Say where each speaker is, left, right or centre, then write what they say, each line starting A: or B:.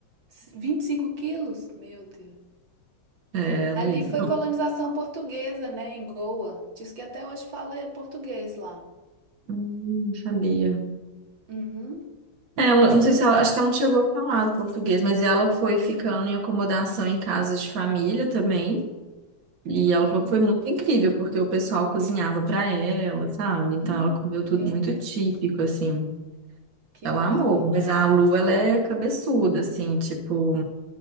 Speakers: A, on the right; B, on the right.
A: S- vinte e cinco quilos? Meu Deus.
B: É, Luísa.
A: Ali foi
B: Não,
A: colonização portuguesa, né? Em Goa. Diz que até hoje fala português lá.
B: hum, não sabia.
A: Uhum.
B: Ela, não sei se ela, acho que ela não chegou a falar do português, mas ela foi ficando em acomodação em casas de família também. E ela
A: Uhum.
B: falou que foi muito incrível, porque o pessoal cozinhava para ela, sabe? Então
A: Hum.
B: ela comeu tudo
A: Meu
B: muito
A: Deus.
B: típico, assim.
A: Que
B: Ela
A: maravilha.
B: amou, mas a Lu, ela é cabeçuda, assim, tipo,